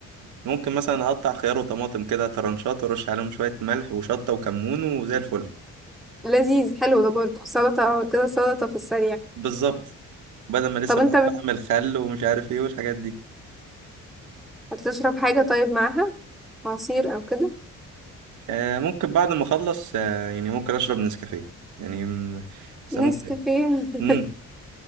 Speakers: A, on the right; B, in the centre.
A: ممكن مثلا اقطع خيار وطماطم كده ترنشات وارش عليهم شويه ملح وشطه وكمون وزي الفل
B: <laughs> لذيذ حلو ده برضه سلطة او كده سلطة في السريع
A: بالظبط بدل ما لسه
B: طب انت
A: بقعد
B: بت-
A: بعمل خل ومش عارف ايه والحاجات دي
B: هتشرب حاجة طيب معاها عصير او كده
A: آه ممكن بعد ما اخلص آه يعني ممكن اشرب نسكافيه يعني م- بس
B: نسكافيه
A: ممكن
B: <laughs>
A: امم